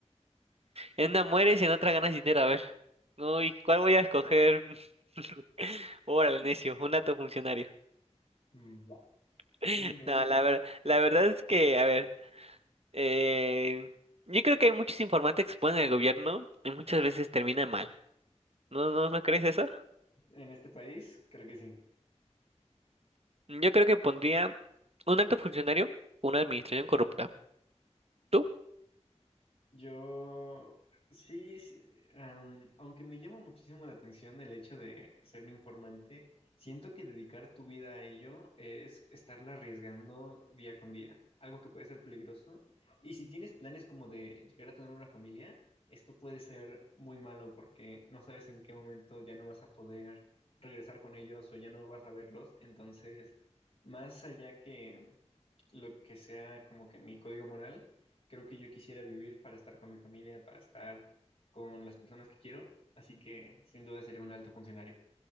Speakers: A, on the right; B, on the left.
A: En una mueres y en otra ganas dinero. A ver. Uy, ¿cuál voy a escoger? <laughs> Órale, necio, un alto funcionario.
B: <laughs> va.
A: <laughs>
B: Sí, ¿no?
A: No, la ver- la verdad es que, a ver, eh, yo creo que hay muchos informantes que se ponen en el gobierno y muchas veces termina mal. ¿No, no, no crees eso?
B: En este país, creo que sí.
A: Yo creo que pondría un alto funcionario, una administración corrupta. ¿Tú?
B: Yo, sí, sí, am, aunque me llama muchísimo la atención el hecho de ser un informante, siento que dedicar tu vida a ello es estarla arriesgando día con día, algo que puede ser peligroso. Y si tienes planes como de llegar a tener una familia, esto puede ser muy malo porque no sabes en qué momento ya no vas a poder regresar con ellos o ya no vas a verlos. Entonces, más allá que lo que sea como que mi código moral, creo que yo quisiera vivir para estar con mi familia, para estar con las personas que quiero, así que sin duda sería un alto funcionario.